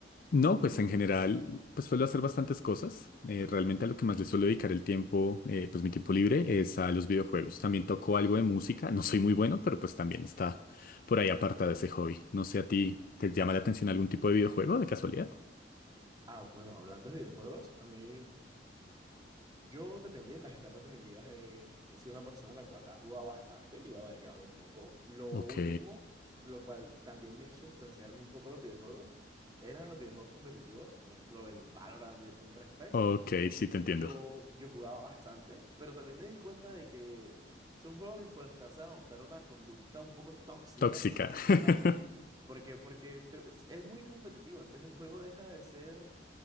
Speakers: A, on the left; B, on the right.
A: No, pues en general, pues suelo hacer bastantes cosas. Eh, realmente a lo que más le suelo dedicar el tiempo, eh, pues mi tiempo libre es a los videojuegos. También toco algo de música, no soy muy bueno, pero pues también está por ahí apartado ese hobby. No sé a ti, ¿te llama la atención algún tipo de videojuego de casualidad?
B: Ah, bueno, hablando de videojuegos, a mí, yo depende en las etapas de mi vida, eh, he sido una persona la cual ha jugado bastante y ha variado un poco. Lo último,
A: Ok,
B: lo cual también me hizo distanciarme un poco de los videojuegos, eran los videojuegos competitivos, por ejemplo, el Valorant y el Counter-Strike.
A: ok, sí te entiendo.
B: Yo, yo jugaba bastante, pero también me di cuenta de que son juegos los cuales te hacen adoptar una conducta un poco tóxica
A: Tóxica.
B: sobre
A: <laughs>
B: jugar. ¿Por qué? Porque te- es, es muy competitivo, entonces el juego deja de ser